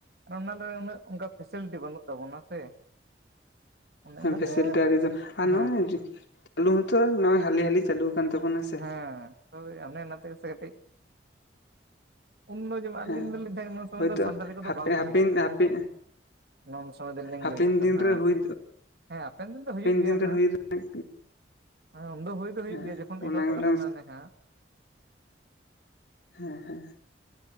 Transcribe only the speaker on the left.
ᱦᱮᱸ
ᱯᱷᱮᱥᱮᱞᱤᱴᱤ ᱟᱹᱨᱤ ᱫᱚ ᱟᱨ
ᱱᱚᱜᱼᱚᱭ ᱞᱩᱢᱛᱷᱟᱹ ᱱᱚᱜᱚᱭ ᱦᱟᱹᱞᱤ ᱦᱟᱹᱞᱤ ᱪᱟᱹᱞᱩ ᱟᱠᱟᱱ ᱛᱟᱵᱚᱱᱟ ᱥᱮ
ᱦᱮᱸ
ᱦᱳᱭᱛᱳ
ᱦᱟᱯᱮ
ᱦᱟᱯᱮᱱ
ᱦᱟᱯᱮ
ᱦᱟᱯᱮᱱ
ᱫᱤᱱ
ᱨᱮ ᱦᱩᱭ
ᱫᱤᱱ ᱨᱮ
ᱦᱩᱭ ᱨᱮᱱᱟᱜ
ᱦᱮᱸ
ᱚᱱᱟ
ᱢᱤᱫᱴᱟᱝ
ᱦᱩᱸᱦᱩᱸ